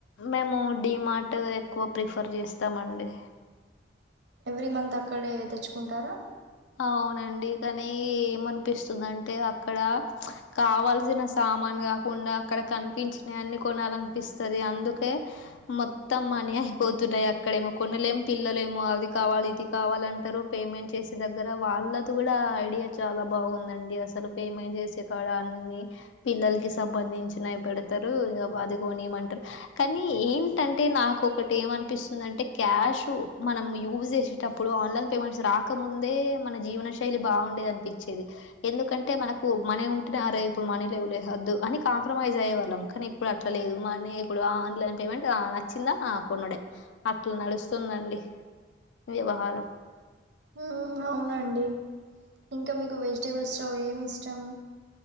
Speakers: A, on the left; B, on the right.
A: మేము డిమార్టు ఎక్కువ ప్రిఫర్ చేస్తామండి
B: ఎవ్రీ మంతక్కడే తెచ్చుకుంటారా
A: అవ్నండి కానీ ఏమన్పిస్తుందంటే అక్కడ కావాల్సిన సామాన్ కాకుండా అక్కడ కనిపించిన అన్ని కొనాలన్పిస్తది అందుకే మొత్తం మ మని అయిపోతున్నాయి అక్కడేమో కొనలేం పిల్లలేమో అది కావాలి ఇది కావాలంటారు పేమెంట్ చేసి దగ్గర వాళ్ళది కూడా ఐడియా చాలా బాగుందండి అసలు పేమెంట్ జేసే కాడ అని పిల్లల్కి సంబంధించినయ్ పెడ్తరు రు ఇగ బాదిగోనింటారు కానీ ఏంటంటే నాక ఒకటేమన్పిస్తుందంటే క్యాష్ చు మనం యూజ్ చేసేటప్పుడు ఆన్లైన్ పేమెంట్స్ రాక్ క ముందే మన జీవనశైలి బాగుండేదన్పించేది ఎందుకంటే మనకు మని ఉంటేనే అరె ఇప్పుడు మనీలెవ్లే అని కాంప్రమైజ్ అయ్యేవాళ్ళం కానీ ఇప్పుడట్లాలేదు మనీ ఇప్పుడు ఆన్లైన్ పేమెంట్ ఆ లైన్ చ్చిందా ఆ కొనుడే అట్లా నడుస్తుందండి వ్యవహారం
B: ఊ ఔనండి ఇంకా మీకు వెజిటేబుల్స్ లో ఏమిష్టం